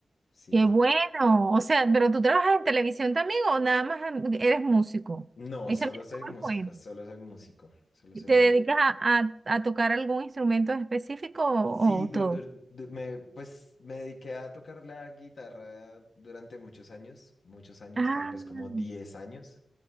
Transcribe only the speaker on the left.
Sí.
No,
solo
soy músico,
solo soy músico, solo soy
músico.
Sí,
dur-
dur- du- me, pues me dediqué a tocar la guitarra durante muchos años, muchos años,
tal vez como diez años,